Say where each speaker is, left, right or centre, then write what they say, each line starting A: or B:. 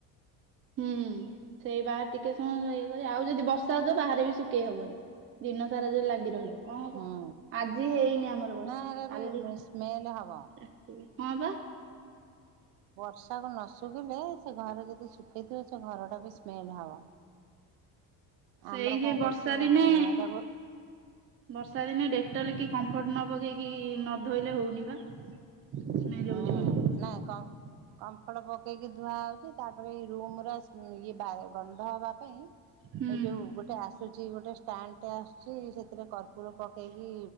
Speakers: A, on the right; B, on the right.
A: ହୁଁ, ସେଇ ବାରେ ଟିକେ ସମୟ ଇଏ କରି ଆଉ ଯଦି ବର୍ଷା ହଉଥିବ ବାହାରେ ବି ଶୁଖେଇ ହବନି। ଦିନ ସାରା ଯ ଲାଗି ରହିବ। କଣ ହବ,
B: ହୁଁ
A: ଆଜି ହେଇନି ଆମର ବର୍ଷା
B: ନା ହେରା
A: କାଲି
B: ବି ସ୍ମେଲ ହବ।
A: ଟିକେ ହଁ ବା
B: ବର୍ଷାକୁ ନ ଶୁଖିଲେ ସେ ଘର ଯଦି ଶୁଖେଇଥିବ ସେ ଘର ଟା ବି ସ୍ମେଲ ହବ। <inaudible>
A: ସେଇ
B: ଆମର
A: ଯେ
B: କଣ
A: ବର୍ଷା
B: କରୁଛୁ
A: ଦିନେ
B: ଏଇଟା ଗୋ
A: ବର୍ଷା ଦିନେ ଡେଟଲ କି କମ୍ଫର୍ଟ ନ ପକେଇକି ନ ଧୋଇଲେ ହଉନି ବା। ସ୍ମେଲ
B: ହୁଁ
A: ହଉଛି ବୋଲି।
B: ନାଇଁ କଁ କମ୍ପର୍ଟ ପକେଇକି ଧୁଆହଉଛି ତାପରେ ଏ ରୁମ ର ଇଏ ଗନ୍ଧ ହବା ପାଇଁ
A: ହୁଁ
B: ଏଇ ଯୋଉ ଗୋଟେ ଆସୁଛି ଗୋଟେ ଷ୍ଟାଣ୍ଡ ଟେ ଆସୁଛି ସେଥିରେ କର୍ପୁର ପକେଇକି